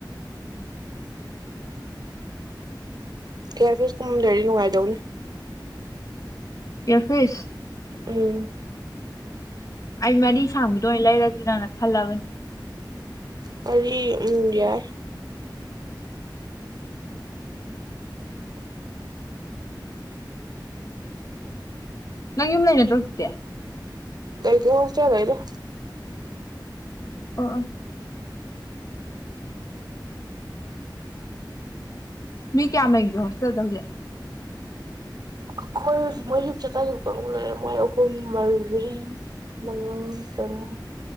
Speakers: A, on the right (about 55°); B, on the left (about 45°).
A: ꯀꯌꯥꯔ ꯐꯤꯁ ꯀꯨꯝꯃꯗ꯭ꯔꯗꯤ ꯅꯨꯡꯉꯥꯏꯗꯧꯅꯤ
B: ꯌꯥꯐꯤꯁ
A: ꯎꯝ
B: ꯑꯩ ꯃꯔꯤ ꯁꯥꯡꯕꯗꯣ ꯑꯣꯏꯅ ꯂꯩꯔꯁꯤꯔꯅ ꯈꯜꯂꯕꯅꯦ
A: ꯃꯔꯤ ꯎꯝ ꯌꯥꯏ
B: ꯅꯪ ꯌꯨꯝ ꯂꯩ ꯅꯇ꯭ꯔꯣ ꯆꯇꯦ
A: ꯂꯩꯇꯦ ꯍꯣꯁꯇꯦꯜ ꯂꯩꯗ
B: ꯑꯣ ꯃꯤ ꯀꯌꯥꯝ ꯂꯩꯒꯦ ꯍꯣꯁꯇꯦꯜꯗ ꯍꯧꯖꯤꯦ
A: ꯑꯩꯈꯣꯏ ꯍꯧꯖꯤꯛ ꯃꯣꯏ ꯌꯨꯝ ꯆꯠꯀꯈꯤꯕ ꯀꯨꯛ ꯂꯩꯔꯦ ꯃꯣꯏ ꯑꯍꯨꯝ ꯃꯔꯤ ꯃꯔꯤ ꯃꯉꯥ ꯇꯔꯨꯛ